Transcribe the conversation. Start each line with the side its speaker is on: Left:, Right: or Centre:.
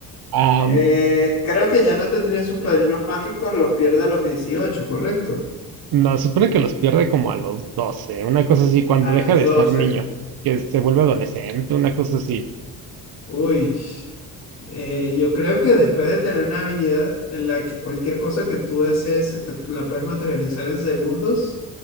Right: Am,
Left: Eh, creo que ya no tendría sus padrinos mágicos, los pierde a los 18, ¿correcto?
Right: no, se supone que los pierde como a los 12 una cosa así, cuando
Left: A
Right: deja
Left: los
Right: de
Left: 12.
Right: ser niño, que se vuelve adolescente, una cosa así.
Left: Uy. Eh, yo creo que después de tener una vida en la que cualquier cosa que tú desees se te- la puedes materializar en segundos,